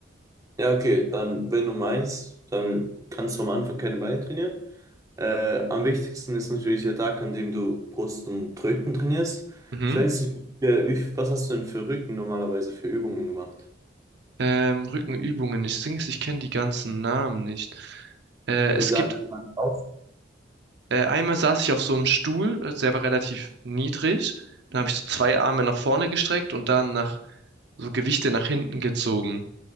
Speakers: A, on the right; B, on the right.
A: Ja, okay, dann, wenn du meinst, dann kannst du am Anfang keine Beine trainieren. Äh, am wichtigsten ist natürlich der Tag, an dem du Brust und Rücken trainierst.
B: Mhm.
A: Ich weiß nicht, wie, wie, was hast du denn für Rücken normalerweise für Übungen gemacht?
B: Ähm, Rückenübungen, ich sing's, ich kenne die ganzen Namen nicht. Äh, es
A: Wie sah
B: gibt
A: wie sah aus?
B: Äh, einmal saß ich auf so einem Stuhl, äh, der war relativ niedrig. Dann habe ich so zwei Arme nach vorne gestreckt und dann nach so Gewichte nach hinten gezogen.